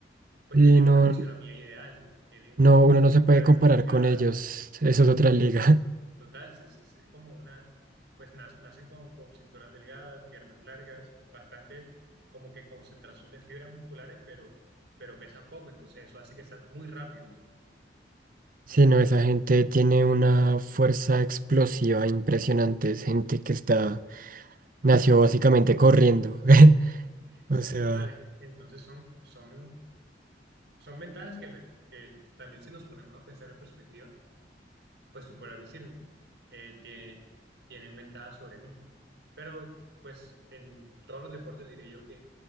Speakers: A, on the right (about 70°); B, on the right (about 50°).
A: pues
B: Sí,
A: tienen
B: no.
A: una fisionomía ideal, tienen
B: No,
A: como, no
B: uno
A: sé,
B: no
A: cintura
B: se puede
A: de,
B: comparar
A: delgada,
B: con ellos. Eso es otra liga. <laughs>
A: Total, se- se- se- como una, pues nas- nacen con, con cinturas delgadas, piernas largas, bastante como que concentración de fibras musculares, pero, pero pesan poco, entonces eso hace que sean muy rápidos.
B: Sí, no, esa gente tiene una fuerza explosiva impresionante. Es gente que está, nació básicamente corriendo. <laughs>
A: Sí,
B: O sea,
A: total, entonces son, son, son ventajas que, le- que también si nos ponemos a pensar en perspectiva, pues tú podrás decir, eh, tie- tienen ventajas sobre mí, pero pues en todos los deportes diría yo que